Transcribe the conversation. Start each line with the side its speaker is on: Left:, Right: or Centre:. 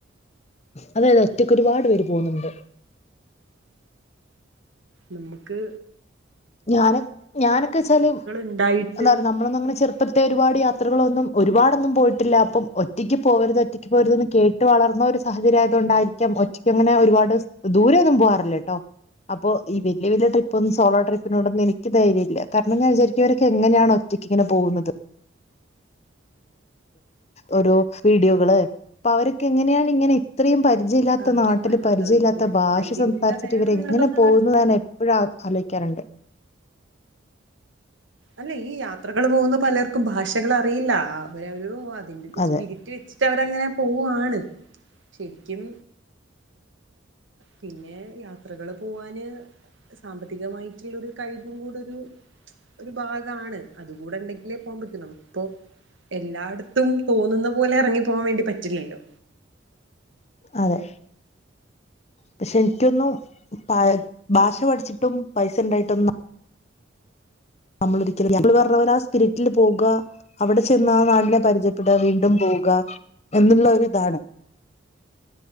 Left: അതെതെ ഒറ്റക്ക് ഒരുപാട് പേര് പോകുന്നുണ്ട്
Right: നമ്മുക്ക്
Left: ഞാന ഞാനൊക്കെ വെച്ചാല്
Right: ഉണ്ടായിട്ട്
Left: എന്താ പറയാ നമ്മളൊന്നങ്ങനെ ചെറുപ്പത്തെ ഒരുപാട്ത്ര ത്രകളൊന്നും ഒരുപാടൊന്നും പോയിട്ടില്ല അപ്പം ഒറ്റയ്ക്ക് പോകരുത് ഒറ്റക്ക് പോരുത്ന്ന് കേട്ട് വളർന്ന ഒരു സാഹചര്യ ആയതോ ണ്ടായിരിക്ക ഒറ്റക്ക് അങ്ങനെ ഒരുപാട് ദൂരെ ഒൊന്നും പോവാാറില്ലേ കേട്ടോ അപ്പൊ ഈ വല വലിയ ട്രിപ്പ ഒന്ന സോ ട്രിപ്പ് പിന്നോടൊന്നും എനിക്ക് ധര്യല്ല കാരണം ഞാൻ വിചാരിക്കവരൊക്കെ എങ്ങനെയാണ് ഒറ്റയ്ക്ക് ഇങ്ങനെ പോകുന്നത് ഓരോ വീഡിയോകള് അപ്പൊ അവരൊക്കെ എങ്ങനെയാണ് ഇങ്ങനെ ഇത്രയും പരിചയ ഇല്ലാത്ത
Right: അതെ
Left: നാട്ടിൽ
Right: മനോധൈ
Left: പരിചയ ഇല്ലാത്ത
Right: മനോധൈര്യം
Left: ഭാഷ സംസാരിച്ചിട്ട്
Right: കൂടെ വേണം
Left: ഇവരെ
Right: എന്നുള്ളതാണ്
Left: എങ്ങനെ പോകുന്നതാണ് എപ്പോഴാ അ ഠിക്കാറുണ്ട്
Right: അല്ല ഈ യാത്രകൾ പോകുന്ന പലർക്കും ഭാഷകൾ അറിയില്ല അവരവ അതിന്റെ ഒരു
Left: അതെ
Right: സ്പിരിറ്റ് വെച്ചിട്ട് അവരങ്ങനെ പോവുവാണ് ശരിക്കും പിന്നെ യാത്രകള് പോവാന് സാമ്പത്തികമായിട്ടുള്ളരു കഴിവും കൂടെരു ഒരു ഭാഗമാണ് അത കൂടെ ഉണ്ടെങ്കിലേ പോകാൻ പറ്റും നമുിപ്പോ എല്ലായിടത്തും തോന്നുന്ന പോലെ ഇറങ്ങി പോവാാൻ വേണ്ടി പറ്റില്ലല്ലോ
Left: അതെ പക്ഷെ എനിക്കൊന്നു പ ഭാഷ പഠിച്ചിട്ടും പൈസ ഉണ്ടായിട്ടൊന്ന നമ്മൾ ഒരിക്കല നമ്മള് പറഞ്ഞ പോലെ ആ സ്പിരിറ്റിൽ പോകുക അവിടെ ചെന്ന ആ നാടിനെ പരിചയപ്പെടുക വീണ്ടും പോ പോ എന്നുള്ള ഇതാണ്